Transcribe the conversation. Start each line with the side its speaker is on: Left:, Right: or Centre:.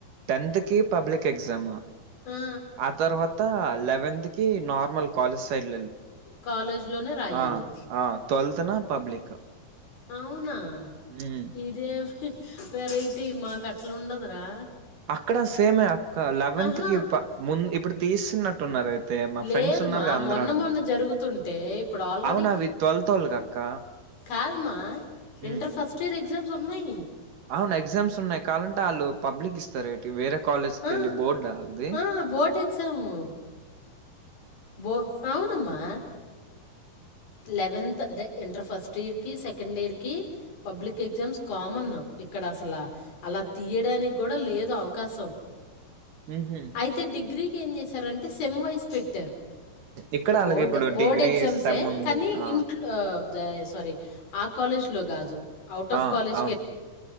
Right: టెన్త్ కే పబ్లిక్ ఎగ్జామా
Left: ఆ
Right: అతర్హత్ లెవెంత కి నార్మల్ కాలస్ సైడ్
Left: కాలేజ్లోనే రాయాలి
Right: <inaudible> ట్వల్త్నా పబ్లిక్
Left: అవునా
Right: ఉమ్
Left: ఇదేం వెరైటీ మాకు అట్లుండదురా
Right: అక్కడ సేమే అక్క లెవెంత్
Left: ఆహా
Right: కి ముందు ఇప్పుడు తీసినట్టున్నారు అయితే మా
Left: లేదుమా
Right: ఫ్రెండ్స్ ఉన్నారుగా ఆంధ్రాలో
Left: మొన్న మొన్న జరుగుతుంటే ఇప్పుడు ఆల్రెడీ
Right: అవును అవి ట్వెల్త్ వోళ్ళకి అక్క
Left: కాదుమా
Right: ఉమ్
Left: inter first year exams ఉన్నాయి
Right: అవును ఎగ్జామ్స్ ఉన్నాయి కావాలంటే వాళ్ళు పబ్లిక్ ఇస్తారు వేరే కాలేజ్కెళ్ళి
Left: ఆ
Right: బోర్డా వాళ్ళది
Left: ఆ! Board exam. బో అవునమ్మా లెవెన్త్ అదే ఇంటర్ ఫస్ట్ ఇయర్కి సెకండ్ ఇయర్కి పబ్లిక్ ఎగ్జామ్స్ కామన్ ఇక్కడ అసలు అలా తీయడానికి కూడా లేదు అవకాశం
Right: ఉహు
Left: అయితే డిగ్రీ ఏం చేశారంటే సెమ్ వైస్ పెట్టారు
Right: ఇక్కడ
Left: బోర్డ్
Right: అలాగే ఇప్పుడు
Left: బోర్డ్
Right: డిగ్రీ
Left: ఎగ్జామ్సే
Right: సెమ్ ఉంది
Left: కానీ
Right: ఆ
Left: ఇంట్లో ఆహ్, సారీ ఆ కాలేజ్లో కాదు ఔట్ ఆఫ్
Right: ఆ
Left: కాలజ్
Right: అవును
Left: కే